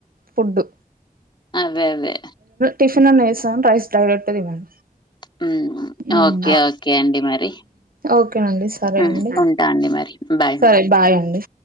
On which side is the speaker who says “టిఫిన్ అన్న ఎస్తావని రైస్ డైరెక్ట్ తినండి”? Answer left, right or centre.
Right